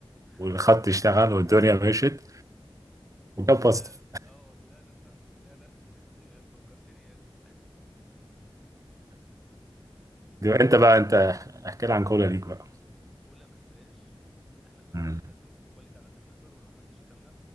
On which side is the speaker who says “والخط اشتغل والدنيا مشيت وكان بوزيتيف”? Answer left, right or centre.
Right